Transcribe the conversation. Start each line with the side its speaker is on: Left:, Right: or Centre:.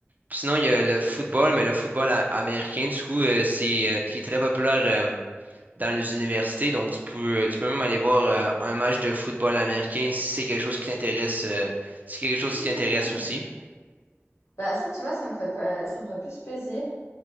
Right: Puis sinon, il y a le football, mais le football a- américain, du coup, euh, c'est, euh, qui est très populaire. euh, dans les universités. Donc, tu peux, euh, tu peux même aller voir euh, un match de football américain si c'est quelque chose qui t'intéresse, euh, si c'est quelque chose
Left: Ah
Right: qui t'intéresse
Left: ouais!
Right: aussi.
Left: Bah, ça, tu vois, ça me ferait pas ça me ferait plus plaisir